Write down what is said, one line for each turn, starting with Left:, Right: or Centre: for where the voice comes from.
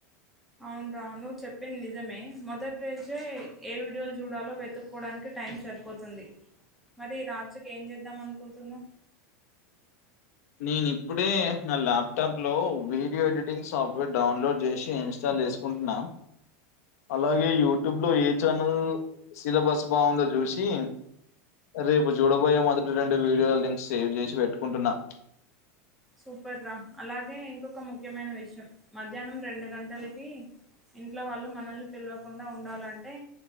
Centre: అవును రా నువ్వు చెప్పింది నిజమే మొదటైతేే ఏ వీడియోలు చూడాలో వెతుక్కకోవడానికి టైం సరిపోతుంది మరి రాత్రికి ఏం చేద్దాం అనుకుంటున్నావ్
Left: నేను ఇప్పుడే నా ల్యాప్టాప్ లో వీడియో ఎడిటింగ్ సాఫ్ట్వేర్ డౌన్లోడ్ చేసి ఇన్స్టాల్ చేస్ ఉంటున్నా అలాగే యూట్యూబ్ లో ఏ ఛానల్ సిలబస్ బాగుందో చూసి రేపు చూడబోయే మొదటి రెండు వీడియో లింక్ సేవ్ చేసి పెట్టుకుంటున్నా
Centre: సూపర్ రా అలాగే ఇంకొక ము ముఖ్యమైన విషయం మధ్యాహ్నం రెండు గంటలకి ఇంట్లో వాళ్ళు మనల్ని పిలవకుండా ఉండాలంటే